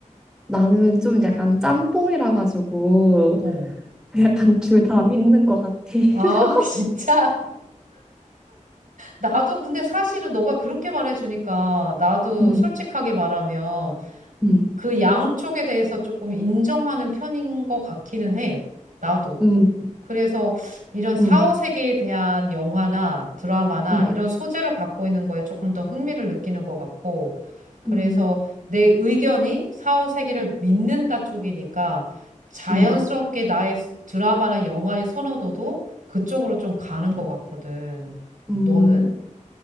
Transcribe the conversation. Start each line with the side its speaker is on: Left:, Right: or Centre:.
Centre: 나는 좀 약간 짬뽕이라 가지고
Right: 어.
Centre: <laughs> 약간 둘 다 믿는 것 같아. <laughs>
Right: 아, <laughs> 진짜? 나도 근데 사실은 너가 그렇게 말해주니까 나도
Centre: 음,
Right: 솔직하게 말하면
Centre: 음,
Right: 그 양쪽에 대해서 조금 인정하는 편인 것 같기는 해. 나도.
Centre: 음,
Right: 그래서 이런 사후
Centre: 음,
Right: 세계에 대한 영화나 드라마나
Centre: 음,
Right: 이런 소재를 갖고 있는 거에 조금 더 흥미를 느끼는 것 같고. 그래서
Centre: 음,
Right: 내 의견이 사후 세계를 믿는다 쪽이니까 자연스럽게
Centre: 음,
Right: 나의 드라마나 영화의 선호도도 그쪽으로 좀 가는 것 같거든.
Centre: 음.
Right: 너는?